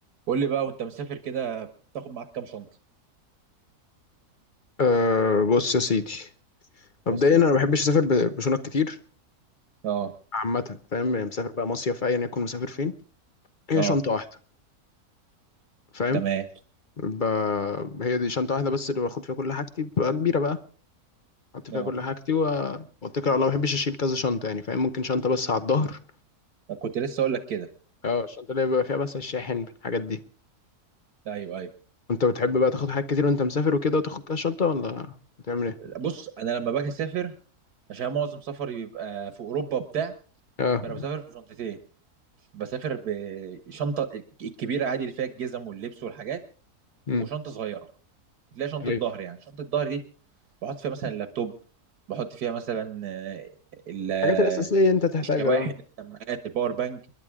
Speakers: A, on the right; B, on the left.
A: قول لي بقى وانت مسافر كده بتاخد معاك كام شنطه
B: أه بص يا سيدي مبدئيا
A: بص ايه
B: انا ما بحبش اسافر ب- بشنط كتير
A: اه
B: عامه فاهم يعني مسافر بقى مصيف ايا يكون مسافر فين هي
A: اه
B: شنطه واحده فاهم
A: تمام
B: ب... هي دي شنطه واحده بس اللي باخد فيها كل حاجتي بتبقى كبيره بقى احط فيها
A: اه
B: كل حاجتي و... واتكل على الله ما بحبش اشيل كذا شنطه يعني فاهم ممكن شنطه بس على الظهر
A: كنت لسه اقول لك كده
B: اه الشنطه اللي بيبقى فيها بس الشاحن الحاجات دي
A: ايوه ايوه
B: انت بتحب بقى تاخد حاجات كتير وانت مسافر وكده وتاخد كذا شنطه ولا بتعمل ايه
A: بص انا لما باجي اسافر عشان معظم سفري بيبقى في اوروبا بتاع
B: اه
A: فانا بسافر بشنطتين بسافر بشنطه الكبيره عادي اللي فيها الجزم واللبس والحاجات
B: امم
A: وشنطه صغيره تلاقي شنطه
B: ايوه
A: ظهر يعني شنطه ظهر دي بحط فيها مثلا اللابتوب بحط فيها مثلا آه، ال- آه،
B: الحاجات الاساسيه انت تحتاجها
A: الشواحن السماعات الباور بانك